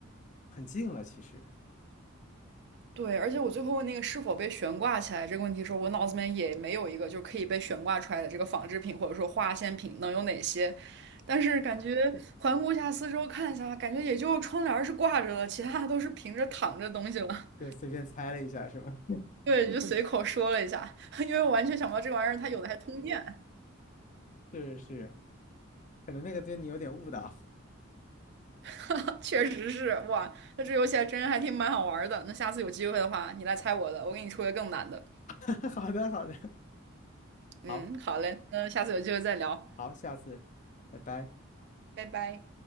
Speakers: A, on the left; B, on the right.
A: 很近了，其实
B: 对，而且我最后问那个是否被悬挂起来这个问题的时候，我脑子里面也没有一个就可以被悬挂出来的这个纺织品或者说化纤品能有哪些。但是感觉环顾一下四周看一下，感觉也就窗帘儿是挂着的，其他的都是平着躺着的东西了。
A: 就随便猜了一下，是吗？
B: 对，就随口说了一下，<laughs> 因为我完全想不到这个玩意儿它有的还通电，
A: 是是，可能那个对你有点误导。
B: <laughs> 确实是哇，那这游戏还真还挺蛮好玩儿的。那下次有机会的话，你来猜我的，我给你出个更难的。
A: <laughs> 好的，好的，好
B: 嗯，好嘞，那下次有机会再聊，
A: 好，下次，拜拜。
B: 拜拜。